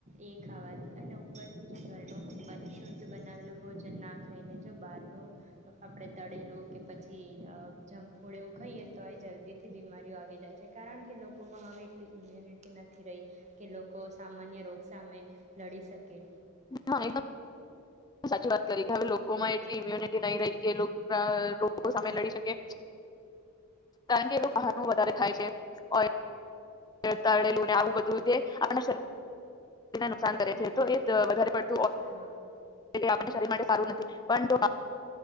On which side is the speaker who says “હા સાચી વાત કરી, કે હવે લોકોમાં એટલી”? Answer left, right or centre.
Left